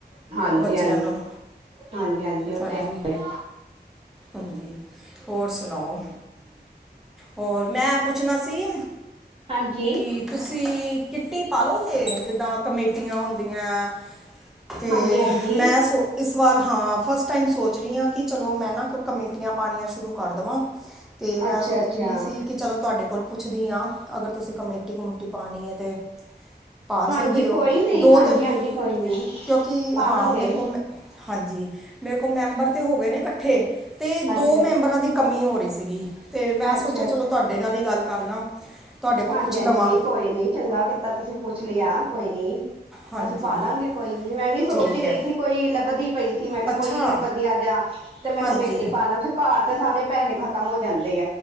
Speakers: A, on the right; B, in the centre.
A: ਹਾਂਜੀ
B: ਬੱਚਿਆਂ
A: ਹਾਂਜੀ
B: ਨੂੰ
A: ਹਾਂਜੀ ਉਹ
B: ਹਾਂਜੀ
A: ਤੇ ਹੈ
B: ਹਾਂਜੀ ਹੋਰ ਸੁਣਾਓ ਹੋਰ ਮੈਂ ਪੁੱਛਣਾ ਸੀ
A: ਹਾਂਜੀ
B: ਕਿ ਤੁਸੀਂ <inaudible> ਕਿੱਟੀ ਪਾਾਲੋਗੇ ਜਿੱਦਾਂ ਕਮੇਟੀਆਂ ਹੁੰਦੀਆਂ ਤੇ
A: ਹਾਂਜੀ ਹਾਂਜੀ
B: ਮੈਂ ਸੋ ਇਸ ਵਾਰ ਹਾਂ ਫਸਟ ਟਾਈਮ ਸੋਚ ਰਹੀ ਹਾਂ ਕਿ ਚਲੋ ਮੈਂ ਨਾ ਕਮੇਟੀਆਂ ਪਾਉਣੀਆਂ ਸ਼ੁਰੂ ਕਰ ਦੇਵਾਂ ਤੇ ਮੈਂ
A: ਅੱਛਾ
B: ਸੋਚਦੀ
A: ਅੱਛਾ
B: ਵੀ ਸੀ ਕਿ ਚਲੋ ਤੁਹਾਡੇ ਕੋਲ ਪੁੱਛਦੀ ਹਾਂ ਅਗਰ ਤੁਸੀਂ ਕਮੇਟੀ-ਕਮੇਟੀ ਪਾਣੀ ਏ ਤੇ ਪਾ
A: ਹਾਂਜੀ
B: ਸਕਦੇ ਹੋ
A: ਕੋਈ ਨਹੀਂ
B: ਦੋ
A: ਹਾਂਜੀ
B: ਤਿੰਨ
A: ਹਾਂਜੀ ਕੋਈ ਨਹੀਂ
B: ਕਿਉਂਕਿ
A: ਪਾ
B: ਹਾਂ
A: ਲਾਂਗੇ
B: ਮੇਰੇ ਕੋਲ ਮੈਂ ਹਾਂਜੀ ਮੇਰੇ ਕੋਲ ਮੈਂਬਰ ਤੇ ਹੋ ਗਏ ਨੇ ਇਕੱਠੇ ਤੇ ਦੋ
A: ਅੱਛਾ
B: ਮੈਂਬਰਾਂ ਦੀ ਕਮੀ ਹੋ ਰਹੀ ਸੀਗੀ ਅਤੇ ਮੈਂ
A: ਅੱਛਾ
B: ਸੋਚਿਆ ਚਲੋ ਤੁਹਾਡੇ ਨਾਲ ਹੀ ਗੱਲ ਕਰ ਲਾਂ ਤੁਹਾਡੇ ਕੋਲ
A: ਹਾਂਜੀ-ਹਾਂਜੀ
B: ਪੁੱਛ ਲਵਾਂ
A: ਨਹੀਂ ਕੋਈ ਨਹੀਂ ਚੰਗਾ ਕੀਤਾ ਤੁਸੀਂ ਪੁੱਛ ਲਿਆ ਕੋਈ ਨੀ
B: ਹਾਂਜੀ
A: ਅਸੀਂ ਪਾਾਲਾਂਗੇ ਕੋਈ ਨੀ ਮੈਂ ਵੀ ਸੋਚ
B: ਠੀਕ
A: ਹੀ ਰਹੀ
B: ਹੈ
A: ਸੀ ਕੋਈ ਲੱਭਦੀ ਪਈ ਮੈਂ ਕਿਹਾ
B: ਅੱਛਾ
A: ਕੋਈ ਵਧੀਆ ਜਾ ਤੇ ਮੈਂ
B: ਹਾਂਜੀ
A: ਕਮੇਟੀ ਪਾ ਲਾ ਫਿਰ ਘਰ ਤੇ ਸਾਰੇ ਪੈਸੇ ਖ਼ਤਮ ਹੋ ਜਾਂਦੇ ਆ